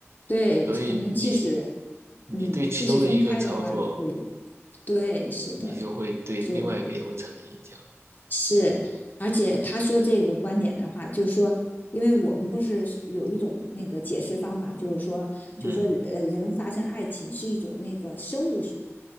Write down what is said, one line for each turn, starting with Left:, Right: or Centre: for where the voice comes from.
Left: 对，
Right: 所以你
Left: 可能即使
Right: 你对其中的一个操作，
Left: 嗯，即使分开的话，也会有对，是的，
Right: 你就会对另外一个也会产生影响。
Left: 就是，而且他说这个观点的话，就是说，因为我们不是有一种那个解释方法，就是说，就是说，
Right: 嗯
Left: 呃，人发生爱情是一种那个生物